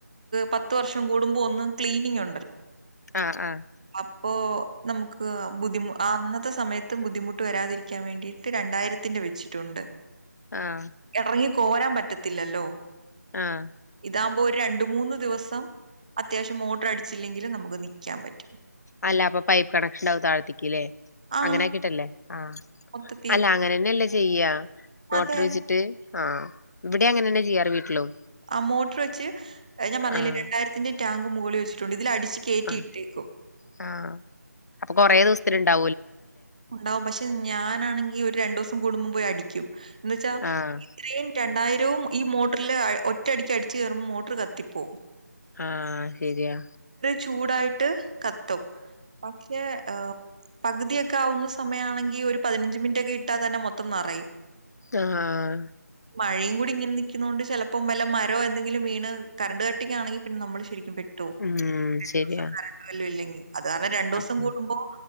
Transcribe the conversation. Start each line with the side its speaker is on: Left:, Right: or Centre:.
Right: പത്ത് വർഷം കൂടുമ്പോ ഒന്ന് ക്ലീനിഗ് ഉണ്ടല്ലോ
Left: ആഹ് ആഹ്
Right: ഇപ്പോ നമുക്ക് ക്ക്‌ ബുദ്ധിമു അന്നത്തെ സമയ ട്ടും ബുദ്ധിമുട്ട് വരാതിരിക്കാൻ വേണ്ടിട്ട് രണ്ടായിരത്തിന്റെ വെച്ചിട്ടുണ്ട്
Left: ആഹ്
Right: എറങ്ങി കോരാൻ പറ്റത്തില്ലല്ലോ
Left: ആഹ്
Right: ഇതാവുംമ്പോ ഒരു രണ്ട് മൂന്ന് ദിവസം അത്യാവശ്യം മോട്ടർ അടിച്ചില്ലെങ്കിൽ നമുക്ക് നിക്കാൻ പറ്റും
Left: അല്ല അപ്പൊ പൈപ്പ് കണക്ഷൻ ഇണ്ടാകും താഴ്ത്തേക്ക് ഇല്ലേ
Right: ആ!
Left: അങ്ങനെ ആക്കിട്ടല്ലേ ആ
Right: മൊത്തത്തി
Left: അല്ല അങ്ങനന്നെല്ലേ ചെയ്യാ മോട്ര്
Right: അതെ.
Left: വെച്ചിട്ട് ആഹ് ഇവിടെ അങ്ങനെ തന്നെ ചെയ്യാറ് വീട്ടിലും
Right: ആ മോട്ടർ വെച്ച് ഞാൻ പറഞ്ഞില്ലേ
Left: ആഹ്
Right: രണ്ടായിരത്തിന്റെ ടാങ്ക് മുകളിൽ വെിട്ടുണ്ട് ഇതിലടി കേറ്റിട്ടേക്കും
Left: ആഹ് ആഹ് അപ്പൊ കൊറേ ദിവസത്തിനുണ്ടാവും
Right: ഉണ്ടാവും പക്ഷെ ഞാനാണെങ്കി ഒരു രണ്ടുസം കൂടുമ്പോ പോയി അടിക്കും എന്ന് വെച്ചാ
Left: ആഹ്
Right: ഇത്രയും രണ്ടായി രവും ഈ മോട്ടറില് ഒറ്റടിക്ക് അടിച്ചു കേറുംമ്പോ മോട്ടർ കത്തിപ്പോം
Left: ആഹ് ശെരിയാ
Right: ചൂടായിട്ട് കത്തും പക്ഷെ ആ <unintelligible> പകുതിയൊക്കാകുന്ന സമയമാണെങ്കിൽ ഒരു പതിനഞ്ച് മിനിറ്റൊക്കെ ഇട്ടാതെന്നെ മൊത്തം നറയും
Left: ആഹ്
Right: മഴയും കൂടി ഇങ്ങനെ നിക്കുന്നോണ്ട് ചെലപ്പം വല്ല മരോ എന്തെങ്കിലും വീണ് കറണ്ട് കട്ടിങ്ങാണെങ്കി പിന്നെ നമ്മള് ശരിക്കും പെട്ട് റ്റൊ
Left: ഉം
Right: രണ്ടോസം
Left: ശരിയാ
Right: കറണ്ട് വല്ലോം ഇല്ലെങ്കിൽ അത് കാരണം രണ്ടോസം
Left: ആഹ്
Right: കൂടുമ്പോ